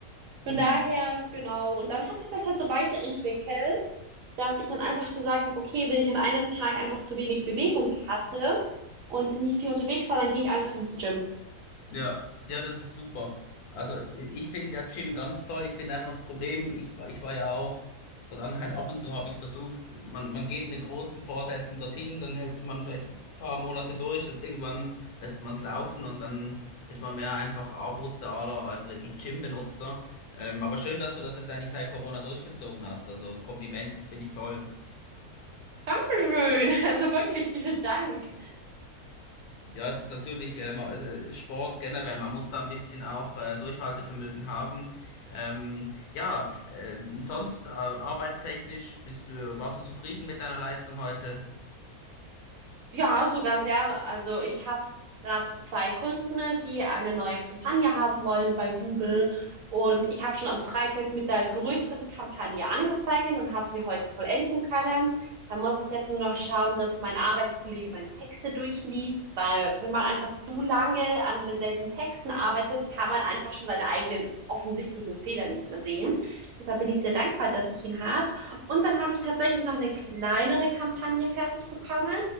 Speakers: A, on the left; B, on the right.
A: Mhm.
B: Von daher, genau. Und dann hat sich das halt so weiterentwickelt, dass ich dann einfach gesagt habe, okay, wenn ich an einem Tag einfach zu wenig Bewegung hatte und nicht viel unterwegs war, dann gehe ich einfach ins Gym.
A: Ja, ja, das ist super. Also i- ich finde ja Gym ganz toll. Ich finde einfach das Problem, ich, war- ich war ja auch, Vergangenheit ab und zu habe ich es versucht, man, man geht mit großen Vorsätzen dorthin, dann hält man vielleicht ein paar Monate durch und irgendwann lässt man es laufen und dann ist man mehr einfach Abozahler als wirklich Gym-Benutzer. Ähm, aber schön, dass du das jetzt eigentlich seit Corona durchgezogen hast. Also Kompliment, finde ich toll.
B: Dankeschön. <laughs> Also wirklich vielen Dank.
A: Ja, es ist natürlich äh, ma- es, äh, Sport generell, man muss da ein bisschen auch äh, Durchhaltevermögen haben. Ähm, ja, äh, sonst äh, arbeitstechnisch bist du, warst du zufrieden mit deiner Leistung heute?
B: Ja, sogar sehr. Also ich habe gerade zwei Kunden, ne, die eine neue Kampagne haben wollen bei Google und ich habe schon am Freitag mit der größeren Kampagne angefangen und habe sie heute vollenden können. Da muss ich jetzt nur noch schauen, dass mein Arbeitskollege meine Texte durchliest, weil wenn man einfach zu lange an denselben Texten arbeitet, kann man einfach schon seine eigenen offensichtlichen Fehler nicht mehr sehen. Deshalb bin ich sehr dankbar, dass ich ihn habe. Und dann habe ich tatsächlich noch eine kleinere Kampagne fertig bekommen.